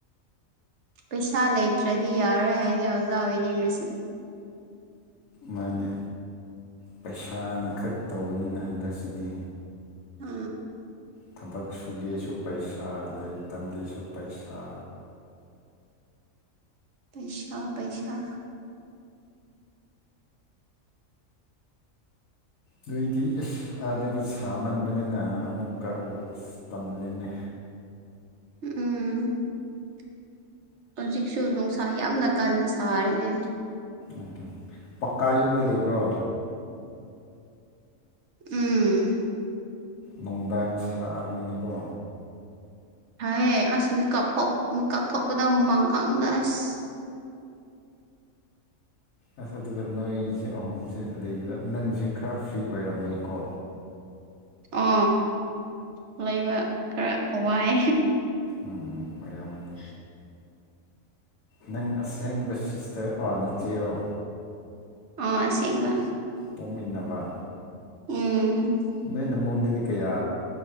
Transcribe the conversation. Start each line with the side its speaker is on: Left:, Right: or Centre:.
Right: ꯄꯩꯁꯥ ꯂꯩꯇ꯭ꯔꯗꯤ ꯌꯥꯔꯣꯏ ꯍꯥꯏꯅꯦ ꯑꯣꯖꯥ ꯑꯣꯏꯅꯤꯡꯔꯨꯁꯨ
Left: ꯃꯥꯅꯦ ꯄꯩꯁꯥꯅ ꯈꯛ ꯇꯧꯕꯅꯤꯅ ꯍꯟꯗꯛꯁꯤꯗꯤ
Right: ꯑ
Left: ꯊꯕꯛ ꯁꯨꯒꯦꯁꯨ ꯄꯩꯁꯥ ꯂꯥꯏꯔꯤꯛ ꯇꯝꯒꯦꯁꯨ ꯄꯩꯁꯥ
Right: ꯄꯩꯁꯥ ꯄꯩꯁꯥ
Left: ꯅꯣꯏꯗꯤ ꯑꯁ ꯑꯥꯗꯗꯤ ꯁꯥꯝꯃꯟꯕꯅꯤꯅ ꯑꯃꯨꯛꯀ ꯇꯜꯂꯤꯅꯤ
Right: ꯎꯝ <inaudible> ꯍꯧꯖꯤꯛꯁꯨ ꯅꯨꯡꯁꯥ ꯌꯥꯝꯅ ꯀꯟꯅ ꯁꯥꯔꯤꯅꯦ
Left: ꯎꯝ ꯄꯀꯥ ꯌꯨꯝꯗ ꯂꯩꯕ꯭ꯔꯣ
Right: ꯎꯝ <inaudible> <unintelligible>
Left: ꯅꯨꯡꯗꯥꯡ ꯁꯥꯔꯝꯃꯅꯤꯀꯣ
Right: ꯍꯥꯏꯑꯦ ꯑꯁ ꯃꯦꯀꯞ ꯊꯣꯛ ꯃꯤꯦꯀꯞ ꯊꯣꯛꯄꯗ ꯍꯨꯃꯥꯡ ꯀꯥꯡꯗ ꯑꯁ <unintelligible> <inaudible>
Left: ꯑꯁ ꯑꯗꯨꯒ ꯅꯣꯏꯁꯦ ꯑꯍꯨꯝꯁꯦ ꯂꯩꯕ ꯅꯪꯁꯦ ꯈꯔ ꯐ꯭ꯔꯤ ꯑꯣꯏꯔꯝꯃꯣꯏꯀꯣ
Right: ꯑ ꯂꯩꯕ ꯈꯔ ꯋꯥꯏ
Left: ꯎꯝ ꯑꯣꯏꯔꯃꯅꯤ ꯅꯪ ꯑꯁꯦꯡꯕ ꯁꯤꯁꯇꯔ ꯑꯥ ꯅ ꯆꯦꯔꯣ
Right: ꯑꯥ ꯁꯤꯡꯕ
Left: ꯄꯣꯛꯃꯤꯟꯅꯕ
Right: ꯎꯝ
Left: ꯅꯣꯏꯅ ꯃꯕꯣꯡꯗꯨꯗꯤ ꯀꯌꯥ